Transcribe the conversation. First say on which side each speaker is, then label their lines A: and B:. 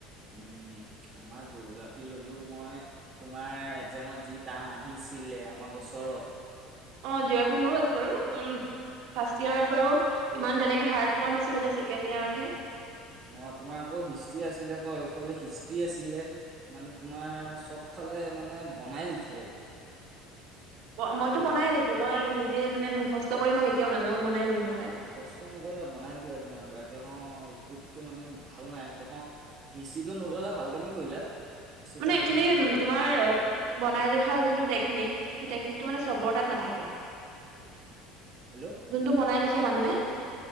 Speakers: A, on the right; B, on the right.
A: উম আমাৰ জঅ'গ্ৰাফী ললো মই। তোমাৰ একজামত যি টান আহিছিলে আমাৰ বছৰত।
B: অ জিঅ'গ্ৰাফি মোৰো আছে বাৰু উম ফাষ্ট ইয়েৰত বাৰু ইমান তেনেকে হাৰ্ট পোৱা নাছিলো এতিয়া ছেকেণ্ড ইয়েৰত হে
A: মই তোমাৰ আকৌ হিষ্ট্ৰি আছিলে আকৌ এইফালে হিষ্ট্ৰি আছিলে। মানে তোমাৰ চব ফালে মানে বনাই লিখায়ে।
B: অ' মইতো
A: তোমাৰ
B: বনাই লিখো মই নিজে মানে মুখস্থ কৰি মই কেতিয়াও নাযাও বনাই লিখো। সদায়
A: অ' মোখষ্ট নকৰিবা বনাই লিখিবা যিমান পাৰে কিয়নো এইটোতকৈ মানে ভাল নাই কিয় কও হিষ্ট্ৰীটো নল'লা ভাল কামেই কৰিলা। হিষ্ট্ৰীটো
B: মানে
A: লোৱাহেঁতেন
B: একচোৱেলি
A: গম পালাহেঁতেন
B: তোমাৰ বনাই লিখাৰ যোনটো টেকনিক সেই টেকনিকটো মানে চবৰ
A: হা
B: তাত নাথাকে।
A: হেল্ল'।
B: যোনটো বনাই লিখে মানুহে